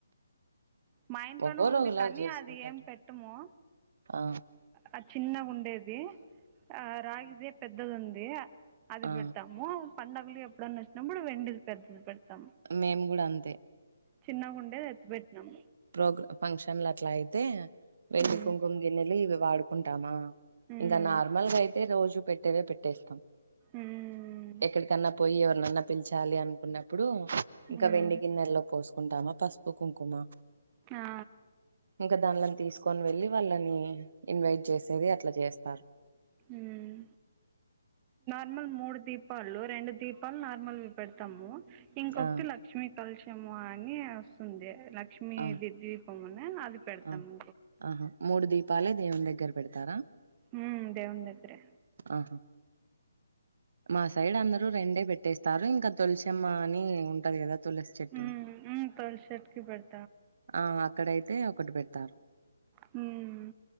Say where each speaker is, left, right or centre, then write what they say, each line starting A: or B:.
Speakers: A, on the right; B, on the right.
A: మా ఇంట్లోను
B: ఒక్కోరు
A: ఉంది
B: ఒకలాగ
A: కానీ
B: చేసుకుంటారు
A: అది ఏం పెట్టము
B: ఆ
A: ఆ చిన్నగుండేది ఆ రాగిదే పెద్దదుంది అది
B: ఆ
A: పెడతాము పండగలు ఎప్పుడన్న వచ్చినప్పుడు వెండిది పెడ్తద్ పెడ్ తం
B: మేము కూడా అంతే
A: చిన్నగుండే ఎత్తి పెట్టినమ్
B: ప్రోగ్రా ఫంక్షన్లట్లా అయితే వెండి
A: ఉమ్,
B: కుంకుమ్ గిన్నెలు ఇవి వాడుకుంటామా
A: ఉమ్,
B: ఇంకా నార్మల్గా అయితే రోజు పెట్టేవే పెట్టేస్తాం
A: ఉమ్,
B: ఎక్కడికన్నా పోయి ఎవరినన్నా పిలిచాలి అనుకున్నప్పుడు ఇంక
A: ఉమ్,
B: వెండి గిన్నెల్లో పోసుకుంటామా పసుపు కుంకుమ
A: ఆ,
B: ఇంక దాన్లని తీసుకొని వెళ్లి వాళ్ళని ఇన్వైట్ చేసేది అట్ల చేస్తారు
A: ఉమ్. నార్మల్ మూడు దీపాలు రెండు దీపాలు నార్మల్ పెడతాము ఇంకొకటి
B: ఆ
A: లక్ష్మీ కలుష ముఅని వస్తుంది లక్ష్మి
B: ఆ
A: ది దీపమునే అది పెడతాము
B: ఆ ఆహా మూడు దీపాలే దేవుని దగ్గర పెడతారా
A: ఉమ్ దేవున్ దగ్గరే
B: ఆహా మా సైడ్ అందరూ రెండే పెట్టేస్తారు ఇంక తులసిమ్మ అని ఉంటది కదా తులసి చెట్టు
A: ఉ ఊ తొలి చెటుకి పెడు
B: ఆ అక్కడయితే ఒకటి పెడతారు
A: హ్మ్.